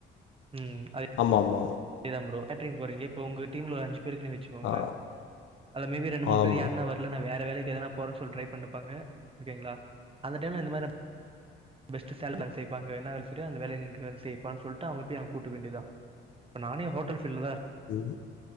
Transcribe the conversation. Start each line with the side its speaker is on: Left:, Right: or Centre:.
Right: உம் அதே
Left: ஆமா, ஆமா.
Right: தா ப்ரோ கேட்டரிங் போறீங்க இப்போ உங்க டீம்ல ஓரு அஞ்சு பேர் இருக்கீங்கனு வச்சுக்கோங்களே
Left: ஆ
Right: அதுல மே பி ரெண்டு மூணு
Left: ஆம்.
Right: பேர் யாருனா வரல நா வேற வேலைக்கி எதனா போறேன் சொல்ட்டு ட்ரை பன்னி இருப்பாங்க ஓகேங்களா அந்த டைம்ல இந்த மாரி நா பெஸ்ட் சேலரி தர செய்ப்பா அங்க என்ன வேல செய்யறயோ அந்த வேலய நீ இங்க வந்து செய்ப்பான்னு சொல்ட்டு அவங்கள அப்டியே அங்க கூட்டுக்க வேண்டியதுதா இப்ப நானே ஹோட்டல் ஃபீல்ட்லதா இரு
Left: ம்